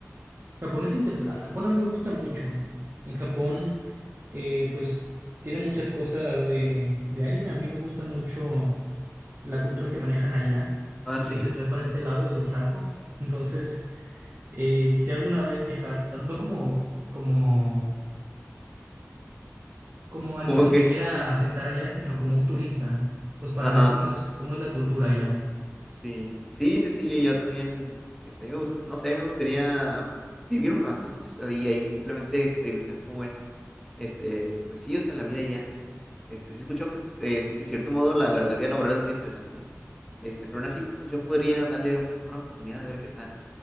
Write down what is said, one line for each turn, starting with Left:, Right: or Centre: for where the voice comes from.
Right: Japón es interesante. Japón a mí me gusta mucho. En Japón, eh, pues tiene muchas cosas de, de anime. A mí me gusta mucho la cultura que manejan allá
Centre: Ah,
Right: y
Centre: sí.
Right: que se traen para este lado del charco. <laughs> Entonces. Eh, quisiera alguna vez viajar, no no como, como, como alguien
Centre: Como
Right: que
Centre: que,
Right: se quiera asentar allá, sino como un turista, pues para
Centre: <laughs> ajá,
Right: ver cómo es, cómo es la cultura allá.
Centre: sí. Sí, sí, sí, yo, yo también, este, a mí me gusta, no sé, a mí me gustaría pues vivir un rato sí, ahí, ahí, simplemente experimentar cómo es, este, pues sí, o sea, la vida ya. Este, sí he escuchado que, eh, de cierto modo, la, la, la vida laboral es muy estresante. Este, pero aún así, pues yo podría darle un- una oportunidad de ver qué tal.